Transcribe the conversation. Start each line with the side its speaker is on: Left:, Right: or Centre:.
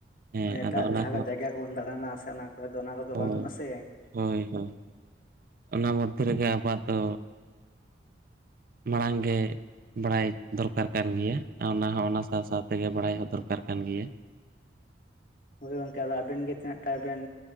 Right: ᱦᱮᱸ
Left: ᱮᱴᱟᱜ
Right: ᱟᱫᱚ ᱚᱱᱟ
Left: ᱡᱟᱦᱟᱸ ᱠᱚ ᱡᱟᱭᱜᱟ ᱠᱚᱵᱚᱱ ᱫᱟᱬᱟᱱᱟ ᱥᱮ ᱚᱱᱟ ᱚᱠᱚᱭ ᱫᱚ ᱚᱱᱟ ᱠᱚᱫᱚ
Right: ᱦᱳᱭ
Left: ᱵᱟᱹᱱᱩᱜᱼᱟ ᱥᱮ
Right: ᱦᱳᱭ ᱦᱳᱭ ᱚᱱᱟ ᱢᱚᱫᱽᱫᱷᱮ ᱨᱮᱜᱮ ᱟᱵᱚᱣᱟᱜ ᱫᱚ ᱢᱟᱲᱟᱝ ᱜᱮ ᱵᱟᱲᱟᱭ ᱫᱚᱨᱠᱟᱨ ᱠᱟᱱ ᱜᱮᱭᱟ ᱚᱱᱟ ᱦᱚᱸ ᱚᱱᱟ ᱥᱟᱶ ᱥᱟᱶ ᱛᱮᱜᱮ ᱵᱟᱲᱟᱭ ᱦᱚᱸ ᱫᱚᱨᱠᱟᱨ ᱠᱟᱱ ᱜᱮᱭᱟ
Left: ᱦᱳᱭ ᱜᱚᱝᱠᱮ ᱟᱫᱚ ᱟᱵᱮᱱ ᱜᱮ ᱛᱤᱱᱟᱹᱜ ᱴᱟᱵᱮᱱ